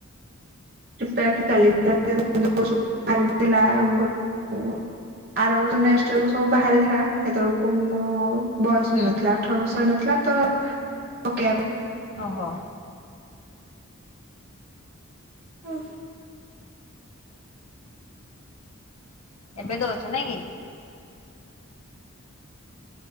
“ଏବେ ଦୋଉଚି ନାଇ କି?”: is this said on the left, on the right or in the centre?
Left